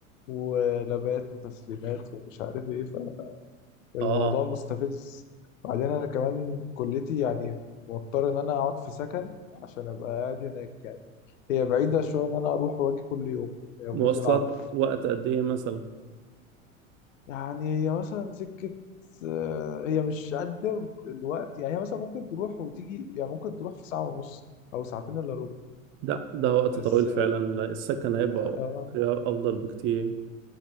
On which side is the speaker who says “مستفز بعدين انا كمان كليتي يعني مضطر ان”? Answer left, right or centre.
Left